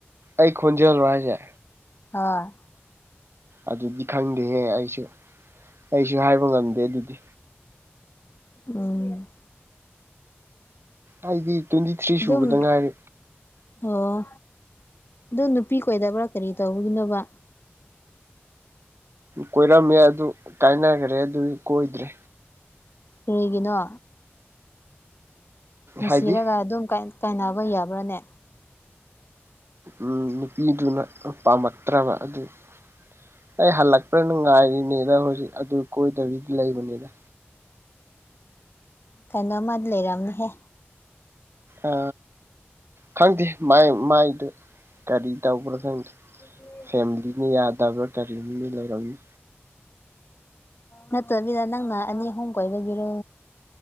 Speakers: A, on the right; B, on the left.
A: ꯑꯩ ꯈꯣꯟꯖꯦꯜꯂꯣ ꯍꯥꯏꯁꯦ
B: ꯍꯣꯏ
A: ꯑꯗꯨꯗꯤ ꯈꯪꯗꯦꯍꯦ ꯑꯩꯁꯨ ꯑꯩꯁꯨ ꯍꯥꯏꯕ ꯉꯝꯗꯦ ꯑꯗꯨꯗꯤ
B: ꯎꯝ
A: ꯑꯩꯗꯤ ꯇ꯭ꯋꯦꯟꯇꯤ ꯊ꯭ꯔꯤ
B: ꯑꯗꯨꯝ
A: ꯁꯨꯕꯗ ꯉꯥꯏꯔꯤ
B: ꯑꯣ ꯑꯗꯨ ꯅꯨꯄꯤ ꯀꯣꯏꯗꯕ꯭ꯔꯥ ꯀꯔꯤ ꯇꯧꯕꯒꯤꯅꯣꯕ
A: ꯀꯣꯏꯔꯝꯃꯦ ꯑꯗꯨ ꯀꯥꯏꯅꯈ꯭ꯔꯦ ꯑꯗꯨꯒꯤ ꯀꯣꯏꯗ꯭ꯔꯦ
B: ꯀꯔꯤꯒꯤꯅꯣ ꯅꯨꯡꯁꯤꯔꯒ
A: ꯍꯥꯏꯗꯤ
B: ꯑꯗꯨꯝ ꯀꯥꯏꯅꯕ ꯌꯥꯕ꯭ꯔꯥꯅꯦ
A: ꯎꯝ ꯅꯨꯄꯤꯗꯨꯅ ꯄꯥꯝꯃꯛꯇ꯭ꯔꯕ ꯑꯗꯨꯒꯤ ꯑꯩ ꯍꯜꯂꯛꯄ꯭ꯔꯅꯥ ꯅꯉꯥꯏꯔꯤꯅꯤꯅ ꯍꯧꯖꯤꯛ ꯑꯗꯨ ꯀꯣꯏꯗꯕꯤꯗ ꯂꯩꯕꯅꯤꯗ
B: ꯀꯩꯅꯣꯃꯗꯤ ꯂꯩꯔꯝꯅꯤꯍꯦ
A: ꯑ ꯈꯪꯗꯦ ꯃꯥꯏꯗꯨ ꯀꯔꯤ ꯇꯧꯕ꯭ꯔꯣ ꯈꯪꯗꯦ
B: <inaudible>
A: ꯐꯦꯃꯤꯂꯤꯅꯤ ꯌꯥꯗꯥ ꯕ꯭ꯔꯥ ꯀꯔꯤꯝꯗꯤ ꯂꯩꯔꯝꯅꯤ
B: ꯅꯠꯇ꯭ꯔꯕꯤꯗ ꯅꯪꯅ ꯑꯅꯤꯍꯣꯡ ꯀꯣꯏꯕꯒꯤꯔꯣ